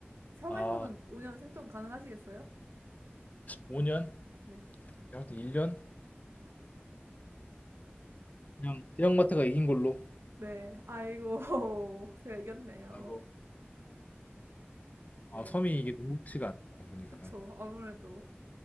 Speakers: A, on the right; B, on the left.
A: 섬에서는
B: 아,
A: 5년 생존 가능하시겠어요?
B: 5년?
A: 네.
B: 하여튼 1년? 그냥 대형마트가 이긴 걸로.
A: 네. 아이고, <laughs> 제가 이겼네요.
B: 아이고.
A: 네,
B: 아, 섬이 이게 녹록지가 않다 보니까.
A: 그쵸. 아무래도